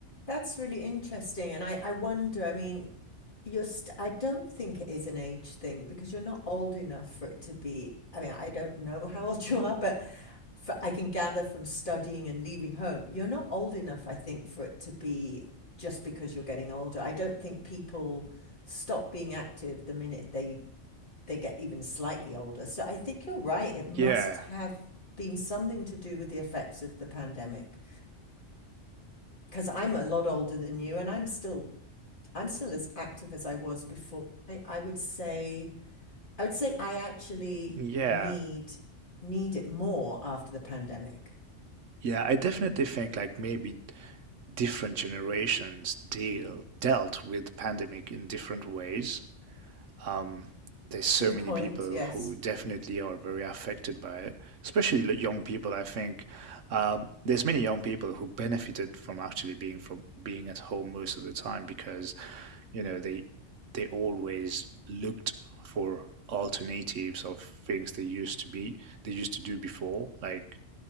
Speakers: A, on the left; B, on the right.
A: That's really interesting. And I, I wonder, I mean, you're st I don't think it is an age thing because you're not old enough for it to be. I mean, I don't know how old you are, but for, I can gather from studying and leaving home, you're not old enough, I think, for it to be just because you're getting older. I don't think people stop being active the minute they they get even slightly older. So I think you're right. It must
B: Yeah,
A: have been something to do with the effects of the pandemic because I'm a lot older than you and I'm still I'm still as active as I was before. I, I would say I would say I actually
B: yeah,
A: need need it more after the pandemic.
B: yeah. I definitely think like maybe different generations deal dealt with the pandemic in different ways. Um, there's so
A: Good
B: many
A: point.
B: people
A: Yes.
B: who definitely are very affected by it, especially young people. I think um, there's many young people who benefited from actually being from being at home most of the time because, you know, they they always looked for alternatives of things they used to be they used to do before, like